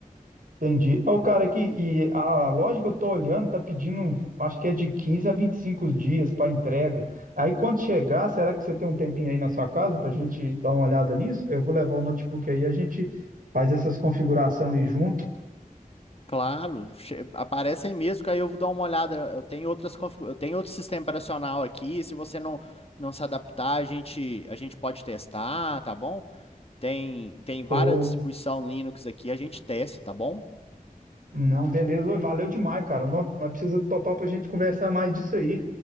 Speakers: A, on the right; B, on the left.
A: Entendi. Ô, cara, aqui, e a loja que eu tô olhando tá pedindo, acho que é de 15 a 25 dias para entrega. Aí quando chegar, será que você tem um tempinho aí na sua casa pra gente dar uma olhada nisso? Eu vou levar o notebook aí, a gente faz essas configurações aí junto.
B: Claro, che- aparece aí mesmo, que aí eu vou dar uma olhada. Eu tenho outras, configu- eu tenho outro sistema operacional aqui. Se você não, não se adaptar, a gente, a gente pode testar, tá bom? Tem, tem várias
A: Ou
B: distribuição Linux aqui, a gente testa, tá bom?
A: não, beleza. Ô, Valeu demais, cara. Nó- Nós precisa topar pra gente conversar mais disso aí.